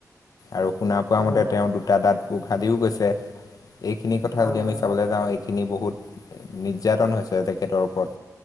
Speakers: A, on the left; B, on the left.
A: আৰু শুনা পোৱা
B: হয়,
A: মতে তেওঁ দুটা দাঁত উঘালিও গৈছে এইখিনি কথা
B: হয়,
A: যদি
B: হয়,
A: আমি চাবলৈ যাওঁ খিনি বহুত নিৰ্যাতন হৈছে তেখেতৰ ওপৰত